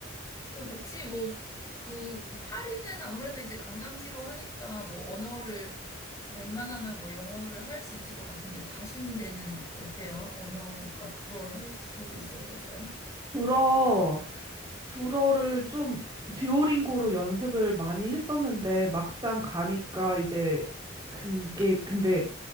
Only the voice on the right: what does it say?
불어. 불어를 좀 듀오링고로 연습을 많이 했었는데 막상 가니까 이제 그게 근데